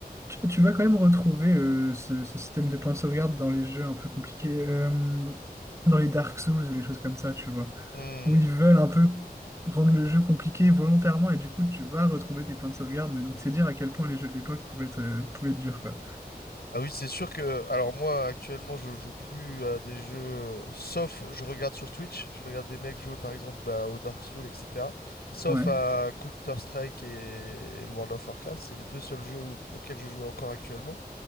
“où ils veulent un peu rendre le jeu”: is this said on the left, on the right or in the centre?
Right